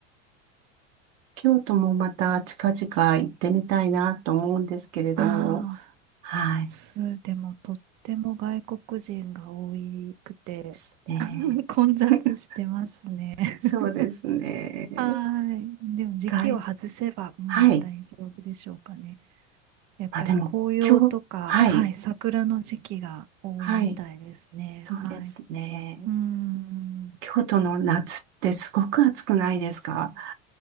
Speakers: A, on the right; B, on the right.
A: 京都もまた近々行ってみたいなと思うんですけれども。
B: ああ、
A: はい。
B: す、でもとっても外国人が多くて、
A: ですね。
B: <laughs> 混雑してますね。
A: <laughs>
B: <laughs>
A: そうですね。
B: はい。でも時期を外せば、
A: 外、
B: うん、
A: はい。
B: 大丈夫でしょうかね。やっぱり紅葉とか、
A: あ、でも、京、はい、
B: はい、桜の時期が多いみたいですね。
A: はい、そうですね。
B: はい。うーん。
A: 京都の夏ってすごく暑くないですか